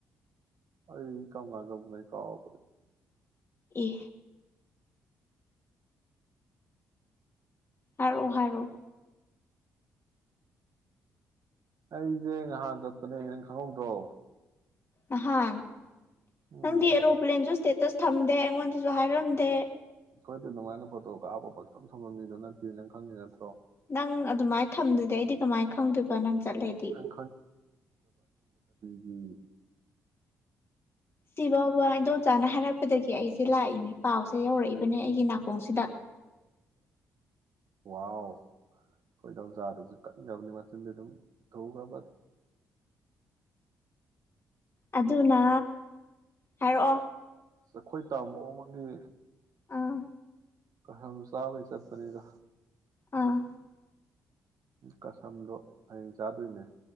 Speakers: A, on the right; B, on the left.
A: ꯑꯩ ꯀꯃ ꯀꯥꯟ ꯂꯧꯕꯅꯣ ꯑꯩ ꯀꯥꯎꯈꯔꯦ
B: ꯑꯦ ꯍꯥꯏꯔꯛꯑꯣ ꯍꯥꯏꯔꯛꯑꯣ
A: ꯑꯩꯁꯦ ꯉꯍꯥꯟ ꯆꯠꯄꯅꯦ ꯅꯪ ꯈꯪꯍꯧꯗ꯭ꯔꯣ
B: ꯅꯍꯥꯟ
A: ꯎꯝ
B: ꯅꯪꯗꯤ ꯑꯦꯔꯣꯄꯂ꯭ꯦꯟꯁꯨ ꯏꯁꯇꯦꯇꯁ ꯊꯝꯗꯦ ꯑꯩꯉꯣꯟꯗꯁꯨ ꯍꯥꯏꯔꯝꯗꯦ
A: ꯑꯈꯣꯏꯗꯤ ꯑꯗꯨꯃꯥꯏꯅ ꯐꯣꯇꯣ ꯀꯥꯞꯄ ꯄꯥꯀꯊꯝ ꯊꯝꯕ ꯃꯤꯗꯣ ꯅꯠꯇꯦ ꯅꯪ ꯈꯪꯉꯤꯅꯥꯠ
B: ꯅꯪ ꯗꯨꯃꯥꯏ ꯊꯝꯗꯔ꯭ꯗꯤ ꯑꯩꯗꯤ ꯀꯃꯥꯏꯅ ꯈꯪꯗꯣꯏꯕ ꯅꯪ ꯆꯠꯂꯦꯗꯤ
A: ꯅꯪ ꯎꯝ
B: ꯁꯤꯐꯥꯎꯕ ꯏꯟꯗꯣꯟꯆꯥꯥꯅ ꯍꯥꯏꯔꯛꯄꯗꯒꯤ ꯑꯩꯁꯦ ꯂꯥꯛꯏꯅꯦ ꯄꯥꯎꯁꯦ ꯌꯧꯔꯛꯏ ꯅꯦ ꯑꯩꯒꯤ ꯅꯥꯀꯣꯡꯁꯤꯗ
A: ꯋꯥꯎ ꯈꯣꯏ ꯏꯟꯗꯣꯝꯆꯥꯗꯨꯁꯨ ꯀꯟꯒꯔꯕꯅꯤ ꯃꯆꯤꯟꯗꯤ ꯑꯗꯨꯝ ꯊꯨꯒꯔꯕ
B: ꯑꯗꯨꯅ ꯍꯥꯏꯔꯛꯑꯣ
A: ꯑꯈꯣꯏ ꯇꯥꯃꯣ ꯑꯃꯒꯤ
B: ꯑꯥ
A: ꯀꯥꯁꯝ ꯆꯥꯕꯩ ꯆꯠꯄꯅꯤꯗ
B: ꯑꯥ
A: ꯀꯁꯝꯗꯣ ꯍꯌꯦꯡ ꯆꯥꯗꯣꯏꯅꯦ